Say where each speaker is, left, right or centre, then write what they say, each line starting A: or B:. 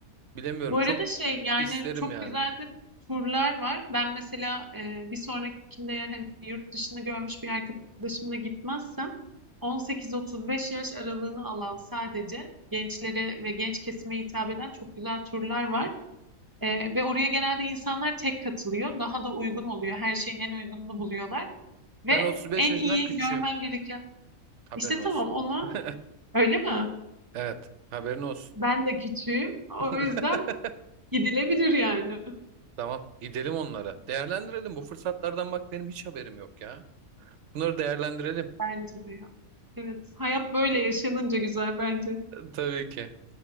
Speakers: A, on the right (about 60°); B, on the right (about 15°).
A: Bilemiyorum
B: Bu arada
A: çok
B: şey yani
A: isterim
B: çok
A: yani.
B: güzel de turlar var. Ben mesela e, bir sonrakinde eğer hani yurt dışını görmüş bir arkadaşımla gitmezsem 18-35 yaş aralığını alan sadece gençlere ve genç kesime hitap eden çok güzel turlar var. E, ve oraya genelde insanlar tek katılıyor. Daha da uygun oluyor. Her şeyin en uygununu buluyorlar. Ve
A: Ben 35
B: en
A: yaşından
B: iyi
A: küçüğüm.
B: görmen gereken...
A: Haberin
B: İşte
A: olsun.
B: tamam ona
A: <laughs>
B: öyle mi?
A: Evet, haberin olsun.
B: Ben de küçüğüm. O
A: <laughs>
B: yüzden gidilebilir yani.
A: Tamam, gidelim onlara. Değerlendirelim bu fırsatlardan bak benim hiç haberim yok ya. Bunları değerlendirelim.
B: Bence de ya. Evet, hayat böyle yaşanınca güzel bence.
A: Tabii ki.